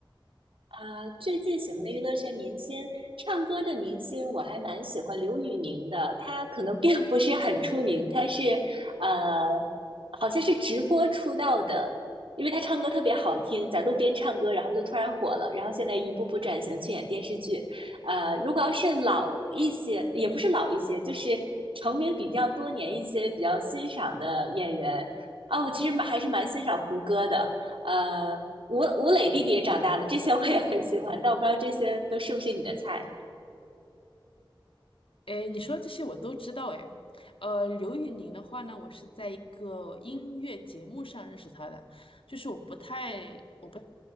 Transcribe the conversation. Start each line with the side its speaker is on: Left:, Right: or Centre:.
Right: 啊，最近喜欢的娱乐圈明星，唱歌的明星，我还蛮喜欢刘宇宁的。他可能并不是很出名，他是呃，好像是直播出道的，因为他唱歌特别好听，在路边唱歌，然后就突然火了，然后现在一步步转型去演电视剧。呃，如果要是老一些，也不是老一些，就是成名比较多年一些比较欣赏的演员啊，我其实蛮还是蛮欣赏胡歌的。呃，吴吴磊弟弟也长大了，这些我也很喜欢，但我不知道这些都是不是你的菜。
Left: 诶，你说这些我都知道诶。呃，刘宇宁的话呢，我是在一个音乐节目上认识他的，就是我不太我不